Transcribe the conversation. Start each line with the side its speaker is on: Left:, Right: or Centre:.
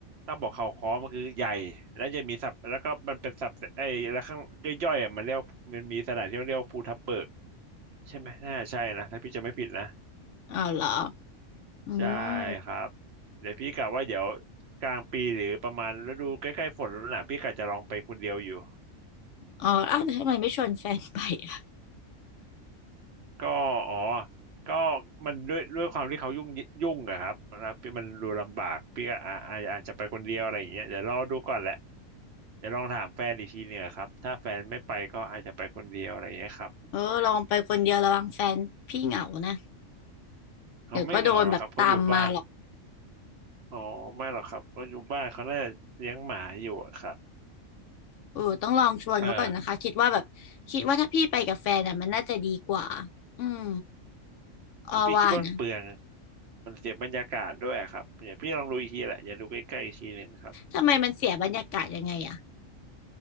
Right: ต้องบอกเขาค้อมันคือใหญ่แล้วจะมีสับแล้วก็มันเป็นสับไอ้แล้วข้างย่อยๆอ่ะมันเรียกมันมีสถานที่เรียกว่าภูทับเบิกใช่ไหมน่าใช่นะถ้าพี่จะไม่ผิดนะ
Left: อ๋อเหรออืม
Right: ใช่ครับเดี๋ยวพี่กะว่าเดี๋ยวกลางปีหรือประมาณฤดูใกล้ๆฝนแล้วนะพี่กะจะลองไปคนเดียวอยู่
Left: อ๋ออ้าวแล้วทำไมไม่ชวนแฟนไปอะ
Right: ก็อ๋อก็มันด้วยด้วยความที่เขายุ่งยุ่งอะครับมันมันดูลำบากพี่ก็อาอาอาจจะไปคนเดียวอะไรอย่างเงี้ยเดี๋ยวรอดูก่อนแหละเดี๋ยวลองถามแฟนอีกทีหนึ่งอะครับถ้าแฟนไม่ไปก็อาจจะไปคนเดียวอะไรอย่างเงี้ยครับ
Left: เออลองไปคนเดียวระวังแฟนพี่เหงานะ
Right: เขาไม่เหงาหรอกครับเขาอยู่บ้าน
Left: เดี๋ยวก็โดนแบบตามมาหรอก
Right: อ๋อไม่หรอกครับเขาอยู่บ้านเขาน่าจะเลี้ยงหมาอยู่อะครับ
Left: เออต้องลองชวนเขาก่อนนะคะคิดว่าแบบคิดว่าถ้าพี่ไปกับแฟนอะมันน่าจะดีกว่า
Right: เออ
Left: อืมอ้อว่านะ
Right: แต่พี่คิดว่ามันเปลือง มันเสียบรรยากาศด้วยอะครับอย่าพี่ลองดูอีกทีแหละอย่าดูใกล้ๆอีกทีหนึ่งครับ
Left: ทำไมมันเสียบรรยากาศยังไงอะ